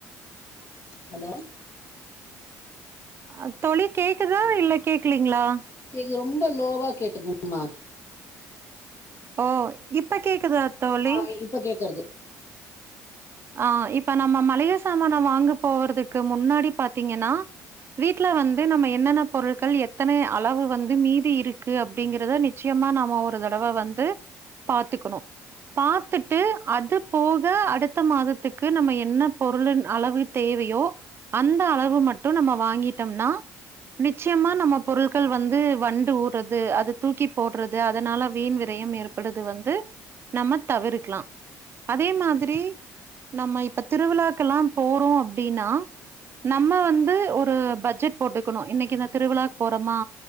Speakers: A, on the left; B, on the right.
A: ஹலோ
B: அ தோழி கேக்குதா இல்ல கேக்லீங்ளா
A: இங்க ரொம்ப லோவா கேட்டுதும்மா
B: ஓ இப்ப கேக்குதா தோழி
A: ஆ இப்ப கேக்குறது
B: ஆ இப்ப நம்ம மளிக சாமான வாங்க போறதுக்கு முன்னாடி பாத்தீங்கன்னா வீட்ல வந்து நம்ம என்னென்ன பொருட்கள் எத்தனை அளவு வந்து மீதி இருக்கு அப்டிங்குறத நிச்சயமா நம்ம ஒரு தடவை வந்து பாத்துக்குணு பாத்துட்டு அது போக அடு த்த மாதத்துக்கு நம்ம என்ன பொருளுன் அளவு தேவயோ அந்த அளவு மட்டு நம்ம வாங்கிட்டோம்னா நிச்சயமா நம்ம பொருட்கள் வந்து வண்டு ஊடுறது அது தூக்கி போடுறது அதனால வீண் விரயம் ஏற்படுது வந்து நம்ம தவிர்க்குலா அதே மாதிரி நம்ம இப்ப திருவிழாக்கல்லா போறோ அப்டின்னா நம்ம வந்து ஒரு பட்ஜெட் போட்டுக்குணு இன்னைக்கு இந்த திருவிழாக்கு போறோமா